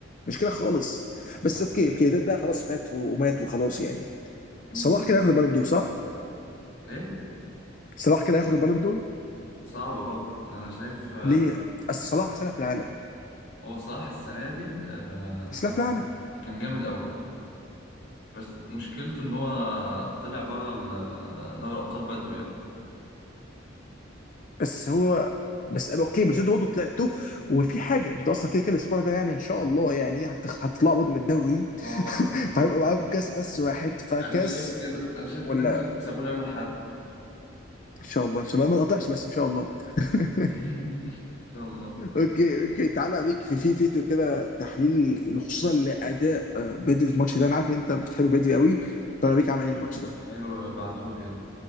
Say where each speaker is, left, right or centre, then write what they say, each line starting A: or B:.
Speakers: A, on the left; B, on the left.
A: مش كده خالص
B: لا.
A: بس اوكي اوكي ده, ده خلاص فات و- ومات وخلاص يعني
B: مم.
A: صلاح كده هياخد البالون دور صح؟
B: إيه؟
A: صلاح كده هياخد البالون دور
B: صعبة برضه أنا شايف
A: ليه؟ أصل صلاح احسن لاعب في العالم
B: هو صلاح السنة دي آه، صلاح
A: احسن لاعب في العالم
B: كان جامد أوي بس مشكلته إن هو طلع بره ال- آه، دوري الأبطال بدري يعني
A: بس هو بس أبقى اوكي بس انتوا برضه طلعتوا وفي حاجه انتوا اصلا كده كده الاسبوع ده يعني ان شاء الله يعني هتخ- هتطلعوا برضه من الدوري <laughs>
B: هو آه،
A: فهيبقى معاكم كاس بس واحد فكاس
B: أنا شايف كده أنا شايف
A: ولا
B: إن أنتوا هتكسبونا يوم الأحد
A: ان شاء الله ان شاء الله ما تقطعش بس ان شاء الله <laughs>
B: <laughs> إن شاء الله
A: اوكي اوكي تعالى اوريك في في فيديو كده تحليل خصوصا لاداء آه، بدري في الماتش ده انا عارف ان انت بتحب بدري قوي تعالى اوريك عمل ايه الماتش
B: طب
A: ده
B: حلو ابعتهولي يلا